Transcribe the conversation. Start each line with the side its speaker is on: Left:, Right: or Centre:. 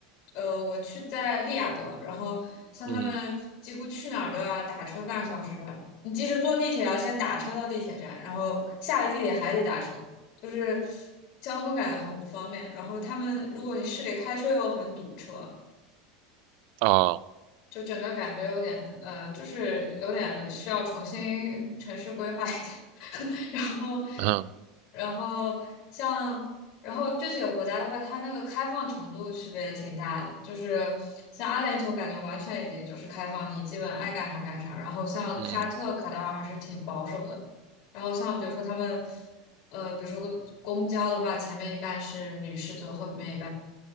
Left: 呃，我去在利雅得，然后像他们几乎去哪儿都要打车半个小时，
Right: 嗯
Left: 你即使坐地铁要先打车到地铁站，然后下了地铁还得打车，就是交通感觉很不方便。然后他们如果你市里开车又很堵车，
Right: 啊
Left: 就整个感觉有点呃，就是有点需要重新城市规划一下，<laughs> 然后，
Right: 嗯
Left: 然后像，然后这几个国家的话，它那个开放程度区别也挺大的，就是像阿联酋感觉完全已经就是开放，你基本爱干啥干啥，然后像沙特、
Right: 嗯
Left: 卡塔尔还是挺保守的，然后像比如说他们。呃，比如说公公交的话，前面面一一半半是是女士士后后男